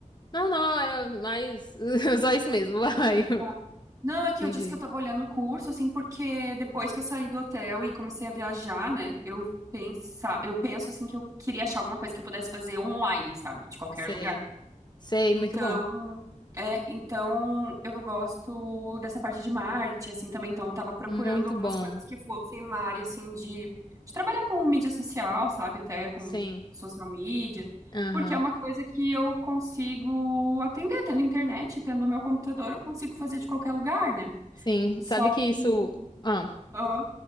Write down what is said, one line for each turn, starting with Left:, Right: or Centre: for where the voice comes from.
Left: Não, não, era mais. <laughs> Só isso mesmo, vai. <laughs>
Right: Tá. Não, é que
Left: Me
Right: eu disse
Left: diz.
Right: que eu tava olhando o curso, assim, porque depois que eu saí do hotel e comecei a viajar, né? Eu pensa... eu penso assim que eu queria achar alguma coisa que eu pudesse fazer online, sabe? De qualquer
Left: Sei.
Right: lugar.
Left: Sei,
Right: Então,
Left: muito bom.
Right: é, então eu gosto dessa parte de marketing, assim, também. Então, eu tava procurando
Left: Muito
Right: algumas
Left: bom.
Right: coisas que fossem uma área, assim, de, de trabalhar com mídia social, sabe? Até com
Left: Sim.
Right: social media,
Left: Aham.
Right: porque é uma coisa que eu consigo atender, tendo internet, tendo meu computador, eu consigo fazer de qualquer lugar, né?
Left: Sim.
Right: Só
Left: Sabe que
Right: que.
Left: isso. Ah.
Right: Aham.